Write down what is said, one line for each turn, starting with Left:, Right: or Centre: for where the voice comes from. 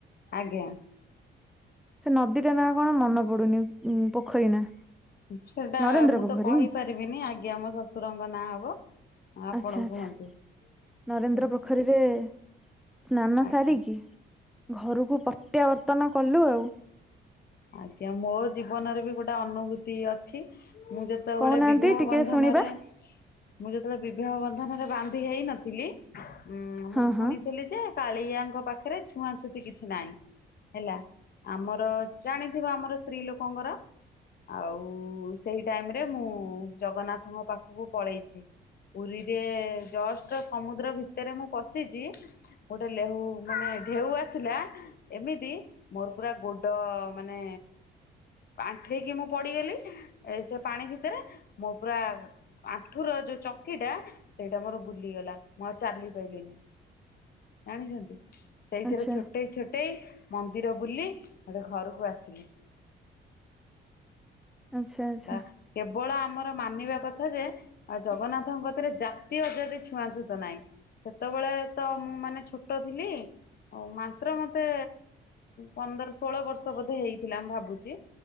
Left: ଆଜ୍ଞା।
Centre: ସେ ନଦୀଟା ନା କଣ, ମନେ ପଡୁନି, ଉ ପୋଖରୀ ନା?
Left: ସେଟା
Centre: ନରେନ୍ଦ୍ର
Left: ମୁଁ
Centre: ପୋଖରୀ
Left: ତ କହିପାରିବିନି, ଆଜ୍ଞା। ଆମ ଶ୍ୱଶୁରଙ୍କ ନାଁ ହବ। ଆପଣ
Centre: ଆଛା, ଆଛା,
Left: କୁହନ୍ତୁ
Centre: ନରେନ୍ଦ୍ର
Left: ଆଜ୍ଞା
Centre: ପୋଖରୀରେ ସ୍ନାନ
Left: ଆଜ୍ଞା।
Centre: ସାରିକି ଘରକୁ ପ୍ରତ୍ୟାବର୍ତ୍ତନ କଲୁ ଆଉ
Left: ଆଜ୍ଞା, ମୋ ଜୀବନରେ ବି ଗୋଟେ ଅନୁଭୂତି ଅଛି। ମୁଁ ଯେତେବେଳେ
Centre: କହୁନାହାନ୍ତି
Left: ବିବାହ
Centre: ଟିକେ
Left: ବନ୍ଧନରେ,
Centre: ଶୁଣିବା
Left: ମୁଁ ଯେତେବେଳେ ବିବାହ ବନ୍ଧନରେ ବାନ୍ଧ ହେଇ ନଥିଲି, ଉଁ
Centre: ହଁ
Left: ମୁଁ ଶୁଣିଥିଲି
Centre: ହଁ
Left: ଯେ -କାଳିଆଙ୍କ ପାଖ ପାଖରେ ଛୁଆଁ ଛୁତି କିଛି ନାହିଁ ହେଲା, ଆମର ଜାଣିଥିବ, ଆମର ସ୍ତ୍ରୀ ଲୋକଙ୍କର ଆଉ ସେଇ ଟାଇମ ରେ ମୁଁ ଜଗନ୍ନାଥଙ୍କ ପାଖକୁ ପଳେଇଛି। ପୁରୀରେ ଜଷ୍ଟ ସମୁଦ୍ର ଭିତରେ ମୁଁ ପଶିଛି, ଗୋଟେ ଲେହୁ ମାନେ ଢେଉ ଆସିଲା, ଏମିତି ମୋର ପୁରା ଗୋଡ ମାନେ ଆଣ୍ଠୁେଇକି ମୁଁ ପଡିଗଲି, ଏ ସେ ପାଣି ଭିତରେ ମୋ ପୁରା ଆଣ୍ଠୁ ର ଯୋଉ ଚକି ଟା ସେଇଟା ମୋର ବୁଲିଗଲା, ମୁଁ ଆଉ ଚାଲି ପାରଲିିନି। ଜାଣିଛନ୍ତି? ସେଇଥିରେ
Centre: ଆଚ୍ଛା
Left: ଛୋଟେଇ, ଛୋଟେଇ, ମନ୍ଦିର ବୁଲି ଗୋଟେ ଘରକୁ ଆସିଲି।
Centre: ଆଚ୍ଛା ଆଚ୍ଛା
Left: ବା କେବଳ ଆମର ମାନିବା କଥା ଯେ -ଜଗନ୍ନାଥଙ୍କ ରେ ଜାତି ଅଜାତି ଛୁଆଁ ଛୁତ ନାହିଁ। ସେତେବେଳେ ତ ମୁଁ ମାନେ ଛୋଟ ଥିଲି ଆଉ ମାତ୍ର ମତେ ପନ୍ଦର ଷୋହଳ ବର୍ଷ ବୋଧେ ହେଇଥିଲା ମୁ ଭାବୁଛି,